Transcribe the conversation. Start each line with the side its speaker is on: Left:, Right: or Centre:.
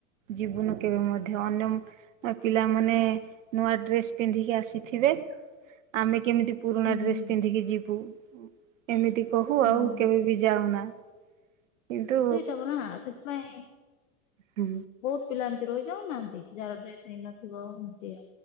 Right: ଯିବୁନୁ କେବେ ମଧ୍ୟ, ଅନ୍ୟ ପିଲାମାନେ ନୂଆ ଡ୍ରେସ୍ ପିନ୍ଧିକି ଆସିଥିବେ ଆମେ କେମିତି। ପୁରୁଣା
Left: ହୁଁ
Right: ଡ୍ରେସ୍
Left: ହୁଁ
Right: ପିନ୍ଧିକି ଯିବୁ ଏମିତି ବୋହୁ
Left: ହଁ।
Right: ଆଉ କେବେ ବି ଯାଉନା କିନ୍ତୁ
Left: ସେଇଟା ହ ନା ସେ ଥି ପାଇଁାଇ
Right: ହଁ।
Left: ବହୁତ ପିଲା ଏମିତି ରହି ଯାଉନାହାନ୍ତି ଯାହାର ଡ୍ରେସ ହେଇନଥିବ ଯେ